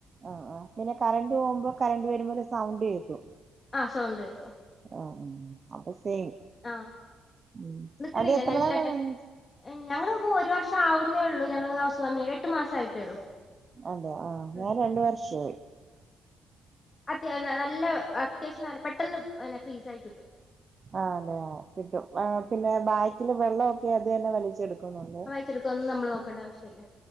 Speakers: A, on the right; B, on the left.
A: ആ, ആ പിന്നെ കറണ്ട് പോകുമ്പോ കറണ്ട് വരുമ്പോല സൗണ്ട് കേക്കും.
B: ആ സൗണ്ട് കേക്കും.
A: ആ ഉം അപ്പൊ സെയിം.
B: ആഹ്
A: ഉം
B: നിക്കണില്ലേ
A: അത് എത്ര
B: ഞല്ലത്
A: നാളായി വാങ്ങി
B: ഞങ്ങളിപ്പോ ഒരു വർഷം. ആവുന്നേ ഉള്ളൂ ഞങ്ങള് ഹൌസ് വാമിങ് എട്ട് മാസ ആയിട്ടേ ഉള്ളൂ
A: അതെ ആഹ
B: ഉം
A: ഞാൻ രണ്ട് വർഷയി
B: അത് നല്ല അത്യാവശ്യം നല്ല പെട്ടെന്ന് പിന്നെ ഫ്രീസ ആയി കിട്ടും
A: ആ അതെയ കിട്ടും പിന്നെ ബാക്കില് വെള്ളമൊക്കെ അത് തന്നെ വലിച്ചെടുക്കുന്നുണ്ട്
B: ടുക്ക നമ്മൾ നോക്കണ്ടവശ്യമല്ല